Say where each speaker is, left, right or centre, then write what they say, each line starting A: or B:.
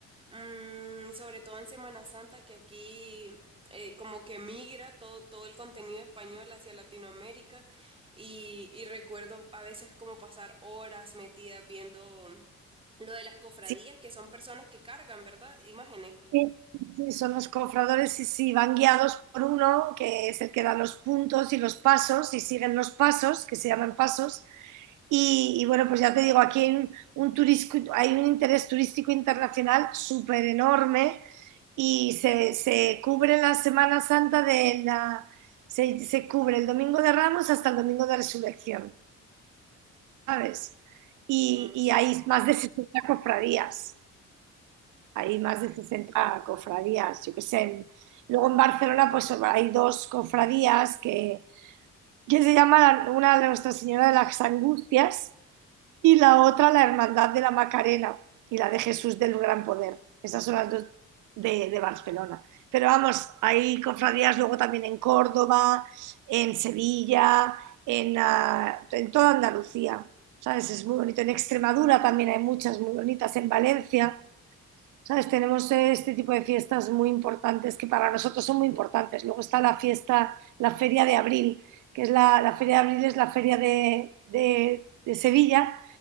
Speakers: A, on the right (about 15°); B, on the right (about 80°).
A: Mm, sobre todo en Semana Santa, que aquí eh, como que migra todo, todo el contenido español hacia Latinoamérica. Y, y recuerdo a veces como pasar horas metidas viendo lo de las cofradías,
B: Sí,
A: que son personas que cargan, ¿verdad? Imágenes.
B: sí, sí, son los cofradores y sí, van guiados por uno, que es el que da los puntos y los pasos, y siguen los pasos, que se llaman pasos. Y, y bueno, pues ya te digo, aquí hay un, un turisco- hay un interés turístico internacional súper enorme y se, se cubre la Semana Santa de la... Se, se cubre el Domingo de Ramos hasta el Domingo de Resurrección, ¿sabes? Y,
A: Qué hermoso.
B: y hay más de 60 cofradías, hay
A: Buah.
B: más de 60 cofradías, yo qué sé. Luego en Barcelona pues hay dos cofradías que, que se llama una de Nuestra Señora de las Angustias y la otra la Hermandad de la Macarena y la de Jesús del Gran Poder. Esas son las dos de, de Barcelona. Pero vamos, hay cofradías luego también en Córdoba, en Sevilla, en, ah, en toda Andalucía. ¿Sabes? Es muy bonito. En Extremadura también hay muchas muy bonitas, en Valencia. ¿Sabes? Tenemos eh, este tipo de fiestas muy importantes que para nosotros son muy importantes. Luego está la fiesta, la Feria de Abril, que es la, la Feria de Abril, es la Feria de, de- de Sevilla